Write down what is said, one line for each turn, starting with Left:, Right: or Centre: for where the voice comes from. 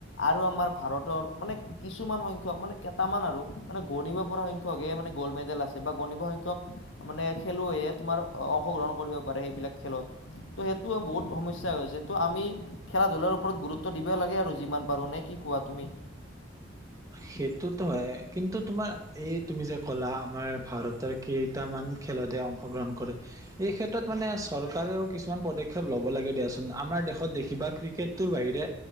Left: আৰু আমাৰ ভাৰতৰ। <unintelligible> মানে কিছুমান সংখ্যক মানে কেইটামান আৰু মানে গণিব পৰা সংক মানে গ'ল্ড মেডেল আছে। <unintelligible> বা বহুত সংংখ্যক মানে খেলুৱৈ তোমাৰ অংশগ্ৰহণ কৰিব পাৰে সেইবিলাক খেলত। <unintelligible> ত' সেইটো বহুত সমস্যা হৈছে ত' আমি খেলা ধূলাৰ ওপৰত গুৰুত্ব দিবই লাগে আৰু যিমান পাৰো নে কি। <unintelligible> কোৱা তুমি।
Right: <unintelligible> সেইটোতো হয় কিন্তু তোমাৰ এই তুমি যে ক'লা আমাৰ ভাৰতৰ কেইটামান ক্ষে খেলতে অংশগ্ৰহণ কৰে, এই ক্ষেত্ৰত মানে চৰকাৰেও কিছুমান পদক্ষেপ লব লাগে দিয়াচোন আমাৰ দেশত দেখিবা ক্ৰিকেটটোৰ বাহিৰে